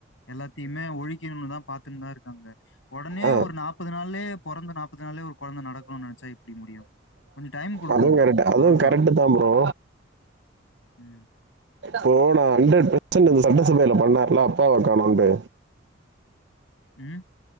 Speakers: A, on the left; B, on the right.
A: எல்லாத்தையுமே ஒழிக்கணும்னு தான் பார்த்திருந்தார் ங்க உடனே
B: ஆ
A: ஒரு நாற்பது நாாளே பிறந்த நாற்பது நாளே ஒரு குழந்தை நடக்கணும்னு நினைச்சா எப்டி முடியும் கொஞ்சம் டைம் குடுக்கணும்.
B: அதுவும் கரெக்ட் அதுவும்
A: அவ்வளதான்.
B: கரெக்ட் தான் ப்ரோ
A: உம்
B: போனா ஹண்ட்ரட் பெர்சன்ட் இந்த சட்டசபையில பண்ணாருல அப்பா வை காணும்ண்டு
A: உம்